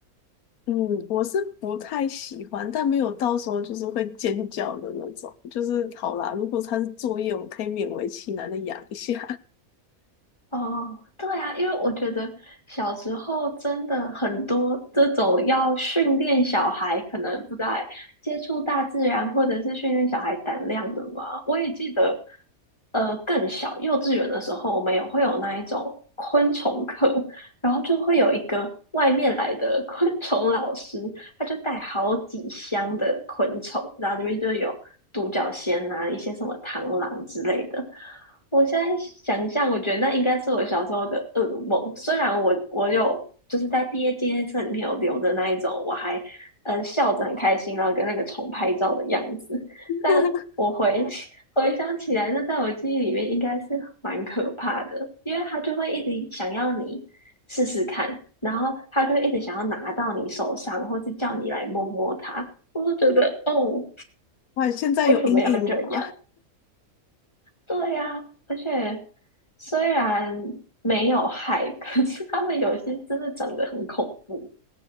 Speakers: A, on the left; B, on the left.
A: 嗯，我是不太喜欢，但没有到时候就是会尖叫的那种。就是好啦，如果他是作业，我可以勉为其难的养一下。
B: 哦，对啊，因为我觉得小时候真的很多这种要训练小孩，可能不在接触大自然，或者是训练小孩胆量的嘛。我也记得，呃，更小幼稚园的时候，我们也会有那一种昆虫课，然后就会有一个外面来的 <laughs> 昆虫老师，他就带好几箱的昆虫，然后里面就有独角仙啊，一些什么螳螂之类的。我现在想象，我觉得那应该是我小时候的噩梦。虽然我我有就是在毕业纪念册里面有留的那一种，我还呃笑着很开心，然后跟那个虫拍照的样子，
A: <laughs>
B: 但我回 <laughs> 回想起来，那在我记忆里面应该是蛮可怕的，因为他就会一直想要你试试看，然后他就会一直想要拿到你手上，或是叫你来摸摸它。我就觉得，哦，
A: 哇，现在有阴影吧？
B: 为什么要这样？对呀，而且虽然没有害，<laughs> 可是他们有些真的长得很恐怖。